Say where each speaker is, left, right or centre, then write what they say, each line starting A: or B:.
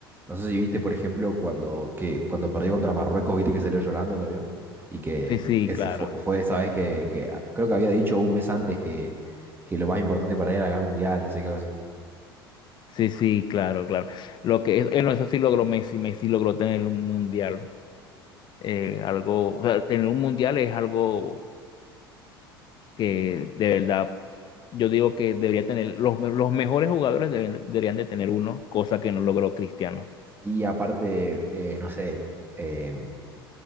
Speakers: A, on the right (about 15°); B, on the left (about 35°).
A: no sé si viste, por ejemplo, cuando, que, cuando perdió contra Marruecos, viste que salió llorando también. Y que
B: Sí, sí,
A: ese
B: claro.
A: fue, fue esa vez que, que ah, creo que había dicho un mes antes que, que lo más importante para él era ganar el mundial, no sé qué, algo así.
B: Sí, sí, claro, claro. Lo que es, eh, no, eso sí logró Messi, Messi logró tener un mundial. eh, algo, o sea, tener un mundial es algo que de verdad yo digo que debería tener, los, me- los mejores jugadores deberían, deberían de tener uno, cosa que no logró Cristiano.
A: Sí, aparte, eh, no sé, eh,